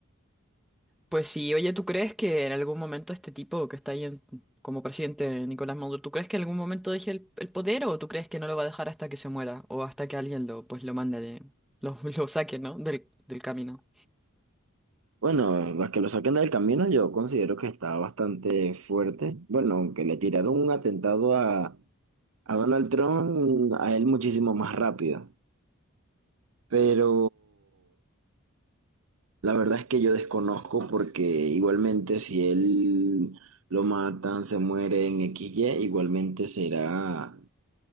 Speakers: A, in the centre; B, on the right (about 75°).
A: Pues sí, oye, ¿tú crees que en algún momento este tipo que está ahí en- como presidente Nicolás Maduro, ¿tú crees que en algún momento deje el, el poder o tú crees que no lo va a dejar hasta que se muera o hasta que alguien lo, pues, lo mande, de- lo, <laughs> lo saque, ¿no? Del, del camino.
B: Bueno, a que lo saquen del camino yo considero que está bastante fuerte. Bueno, aunque le tiraron un atentado a, a Donald Trump, a él muchísimo más rápido. Pero la verdad es que yo desconozco porque igualmente si él lo matan, se muere en XY, igualmente será,